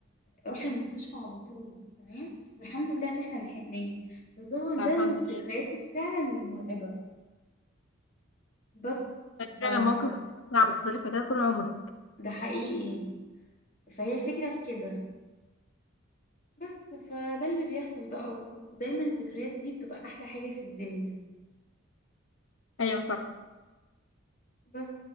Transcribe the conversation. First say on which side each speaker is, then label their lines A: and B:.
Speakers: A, on the left; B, on the left.
A: راح المستشفى على طول تمام والحمد لله ان احنا لحقناه بس طبعا
B: الحمد
A: ده من الذكريات
B: لله
A: فعلا المرعبه بس فده
B: فعلا موقف صعب تفضلي فاكراه طول عمرك
A: حقيقي فهي الفكره في كده بس فده اللي بيحصل بقى ودايما الذكريات دي بتبقى أحلى حاجة في الدنيا
B: ايوه صح
A: بس